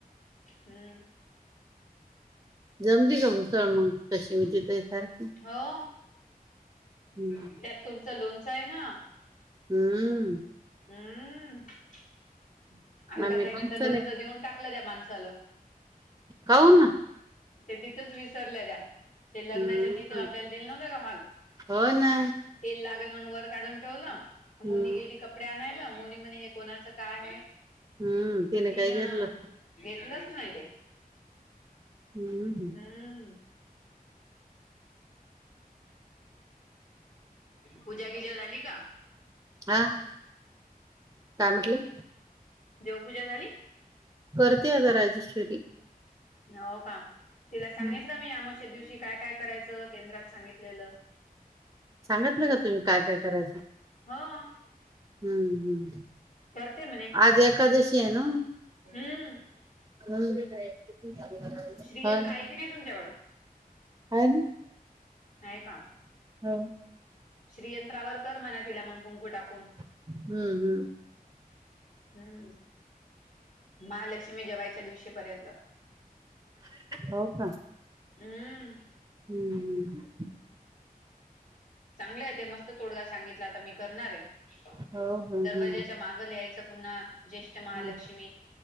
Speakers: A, on the left (about 55°); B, on the right (about 20°).
A: हम्म.
B: जमली का घुसळ मग तशी उजा ताई सारखी?
A: होव
B: हम्म
A: त्यात तुमचं लोणचं आहे ना.
B: हम्म.
A: हम्म अलका
B: आम्ही
A: ताईना
B: लोणच
A: त्या लोणचं देऊन टाकलं त्या माणसालं.
B: काऊ ना
A: ते तिथंच विसरल्या द्या. ते लग्नाच्या
B: हम्म
A: तिथं आपल्याला दिलं नव्हतं का हॉल
B: हो ना
A: तेल लागल म्हणून वर काढून ठेवलं आन
B: हम्म
A: मोनी गेली कप कपडे आणायला मोनी म्हणे हे कोणाचं काय आहे
B: हम्म तिने
A: तर तिनं
B: काय घेतलं
A: घेतलंच नाही ते.
B: हम्म.
A: हम्म. पूजा वीजा झाली का?
B: हा काय म्हटलं?
A: देवपूजा झाली?
B: करते अगं राजेश्वरी.
A: नाहो का तिला सांगितलं
B: हम्म
A: मी अमावश्या दिवशी काय काय करायचं केंद्रात सांगितलेलं.
B: सांगितलं का तुम्ही काय काय करायचं
A: हो
B: हम्म हम्म.
A: करते म्हणे
B: आज एकादशी आहे ना.
A: हम्म.
B: हम्म हो
A: श्रीयंत्र
B: ना.
A: आहे की नाही तुमच्याकडं
B: अन
A: आहे का?
B: हो.
A: श्रीयंत्रावर कर म्हणा तिला मंग कुंकू टाकून.
B: हम्म हम्म.
A: हम्म महालक्ष्मी जेवायच्या दिवशीपर्यंत.
B: हो का
A: हम्म
B: हम्म.
A: चांगलंय ते मस्त तोडगा सांगित टला आता मी करणार आहे
B: हो हो हम्म
A: दरवाज्याच्या मागं लिहायच पुन्हा ज्येष्ठ महालक्ष्मी
B: हम्म